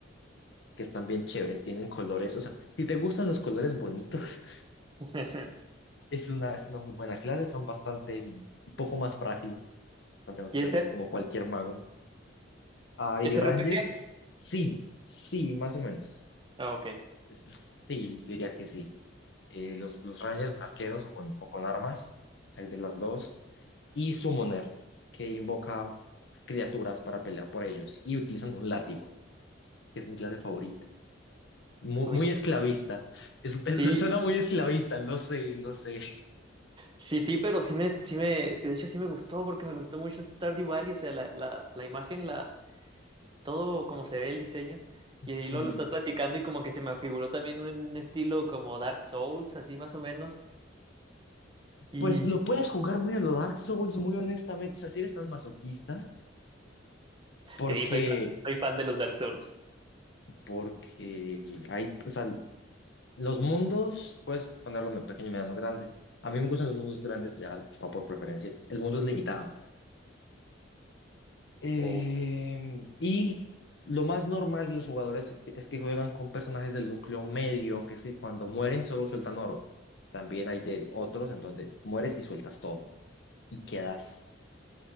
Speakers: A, on the left; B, on the right.
A: que están bien chéveres, tienen colores. O sea, si te gustan los colores bonitos,
B: <laughs>
A: <laughs> es una, es una muy buena clase, son bastante, un poco más frágiles, bastante más
B: ¿Y
A: frágiles,
B: ese?
A: como cualquier mago. Ah, y
B: ¿Es
A: Ranger,
B: RPG?
A: sí, sí, más o menos.
B: Ah, ok.
A: Sí, diría que sí. Eh, los, los Rangers arqueros o con, o con armas, hay de las dos. Y Summoner, que invoca criaturas para pelear por ellos. Y utilizan un látigo, que es mi clase favorita. Mu-
B: Oye,
A: Muy, esclavista. Es- es-
B: sí,
A: suena muy esclavista, lo sé, lo sé.
B: sí, sí, pero sí me, sí me, sí, de hecho sí me gustó porque me gustó mucho Stardew Valley, o sea, la, la, la imagen, la, todo como se ve el diseño. Y
A: Sí.
B: ahí lo, lo estás platicando y como que se me afiguró también un estilo como Dark Souls, así más o menos. Y
A: Pues lo puedes jugar muy a lo Dark Souls, muy honestamente. O sea, si eres tan masoquista, porque,
B: sí, soy fan, soy fan de los Dark Souls.
A: porque hay, o sea, Los mundos, puedes ponerlo me- pequeño, mediano, grande. A mí me gustan los mundos grandes, ya va por preferencias. El mundo es limitado. Eh,
B: Oh.
A: y lo más normal de los jugadores es que, es que juegan con personajes del núcleo medio, que es que cuando mueren solo sueltan oro. También hay de otros en donde mueres y sueltas todo y quedas